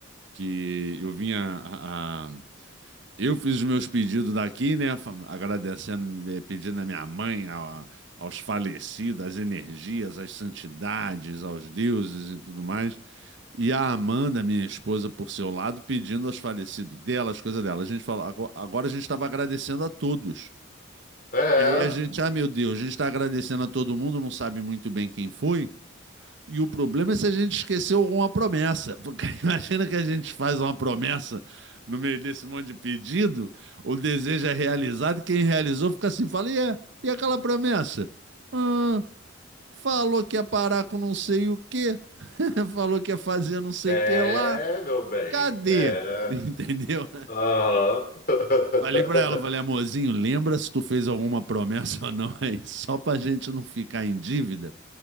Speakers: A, on the right; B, on the left.
A: que eu vinha a, a- eu fiz os meus pedidos daqui, né? fa- Agradecendo, eh, pedindo à minha mãe, a- aos falecidos, às energias, às santidades, aos deuses e tudo mais. E a Amanda, minha esposa, por seu lado, pedindo aos falecidos dela, as coisas dela. A gente falou, ago- agora a gente estava agradecendo a todos.
B: É,
A: E aí a gente, ah, meu Deus, a gente está agradecendo a todo mundo, não sabe muito bem quem foi. E o problema é se a gente esqueceu alguma promessa. Porque <laughs> imagina que a gente faz uma promessa no meio desse monte de pedido, o desejo é realizado, e quem realizou fica assim, fala, e, é, e aquela promessa? Hum, falou que ia parar com não sei o quê, <laughs> falou que ia fazer não sei o que
B: é,
A: lá,
B: meu bem.
A: cadê?
B: É.
A: <laughs> Entendeu?
B: Aham. <laughs>
A: Falei pra ela, falei, amorzinho, lembra se tu fez alguma promessa ou não aí, só pra gente não ficar em dívida